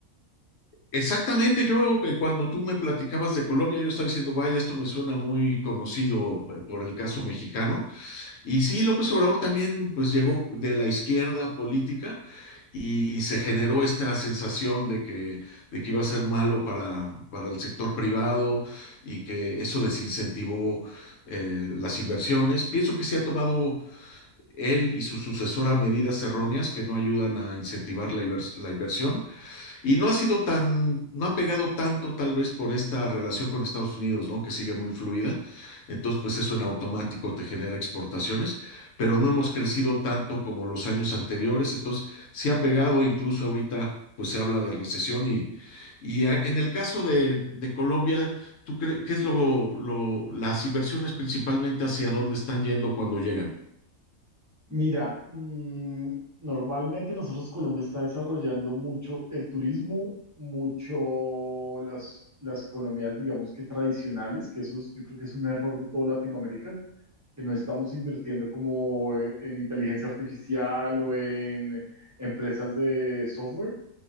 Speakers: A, on the left; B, on the right.
A: Exactamente, yo eh, cuando tú me platicabas de Colombia, yo estaba diciendo, vaya, esto me suena muy conocido eh, por el caso mexicano. Y sí, López Obrador también pues llegó de la izquierda política y se generó esta sensación de que, de que iba a ser malo para, para el sector privado y que eso desincentivó eh, las inversiones. Pienso que se ha tomado él y su sucesora medidas erróneas que no ayudan a incentivar la, invers- la inversión y no ha sido tan, no ha pegado tanto tal vez por esta relación con Estados Unidos, ¿no? Que sigue muy fluida. Entonces, pues eso en automático te genera exportaciones, pero no hemos crecido tanto como los años anteriores. Entonces, sí ha pegado, incluso ahorita, pues se habla de recesión. Y, y a- en el caso de, de Colombia, ¿tú crees qué es lo, lo, las inversiones principalmente hacia dónde están yendo cuando llegan?
B: Mira, mm, normalmente nosotros Colombia está desarrollando mucho el turismo, mucho las, las economías, digamos que tradicionales, que eso es- yo creo que es un error de toda Latinoamérica, que no estamos invirtiendo como en inteligencia artificial o en empresas de software,